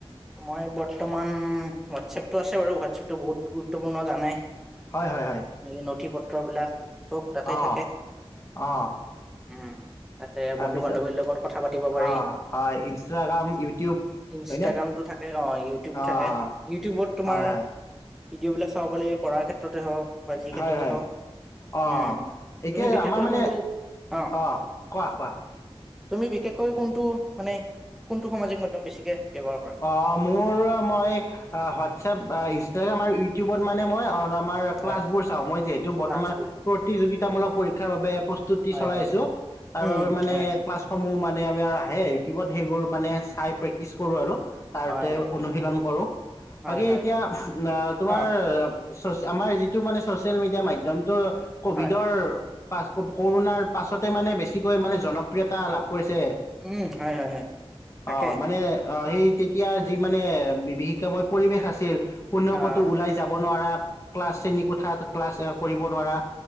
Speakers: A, in the centre; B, on the left (about 30°).
A: মই বৰ্তমান, হোৱাটছএপটো আছে বাৰু, হোৱাটছএপতটো বহুত গুৰুত্বপূৰ্ণ জানাই।
B: হয়, হয়, হয়।
A: নেই নথি পত- পত্ৰবিলাক। চব তাতে
B: অ',
A: থাকে।
B: অ'।
A: উম তাতে
B: তাৰপিছত
A: বন্ধু বান্ধৱীৰ লগত কথা পাতিব পাৰি
B: অ হয় ইনষ্টাগ্ৰাম, ইউটিউব,
A: ইনষ্টাগ্ৰামটো
B: হয়নে?
A: থাকে অ' ইউটিউব
B: অঁ
A: থাকে। ইউটিউবত তোমাৰ
B: হয় হয়
A: ভিডিঅ' বিলাক চা <unintelligible> পৰা ক্ষেত- ক্ষেত্ৰতে হওক, বা যি ক্ষেত্ৰতে
B: হয় হয়
A: হওক,
B: অঁ
A: উম,
B: এতিয়া
A: তুমি বিশেষকৈ
B: আমাৰ মানে
A: কোনটো অ'
B: অঁ কোৱা কোৱা
A: তুমি বিশেষকৈ কোনটো, মানে কোনটো সামাজিক মধ- ধ্যম বেছিকে ব্যৱহাৰ কৰা?
B: অ' মোৰ মই হোৱাটছএপ, ইনষ্টাগ্ৰাম, আৰু ইউটিউবত মানে মই অলম-
A: হয়
B: ক্লাছবোৰ চাওঁ। মই যিহেতু বৰ্তমান
A: ক্লাছবোৰ
B: প্ৰতিযোগীত- তাৰ মূলক পৰীক্ষাৰ বাবে প্ৰস্তু- তুটি
A: হয়
B: চলাই
A: হয়
B: আছোঁ। তাৰ
A: উম
B: বাবে মানে
A: হয়
B: ক্লাছ সমূহ মানে আমাৰ আহে, ইউটিউবত সেইবোৰ মানে চাই প্ৰেক- প্ৰেক্টিছ কৰোঁ আৰু। তাৰতে
A: হয় হয়
B: অনুশীলন কৰো
A: হয়
B: বাকী
A: হয়
B: এতিয়া
A: হয়
B: অ তোমাৰ
A: অ
B: চছ, আমাৰ যিটো মানে ছ'চিয়েল মিডিয়া মাধ্যমটো। কভিডৰ।
A: হয়
B: পাছ, ক- কৰোণাৰ পাছতে মানে বেছিকৈ মানে জনপ্ৰিয়তা লাভ। কৰিছে
A: উম, হয়, হয়, হয়, তাকে
B: অ মানে অ, সেই তেতিয়া যি মানে বিভীষিকাময় পৰিৱেশ আছিল কোনেও
A: অ
B: কতো ওলাই যাব নোৱাৰা ক্লাছ শ্ৰেণী কোঠাত ক্লাছ কৰিব নোৱাৰা।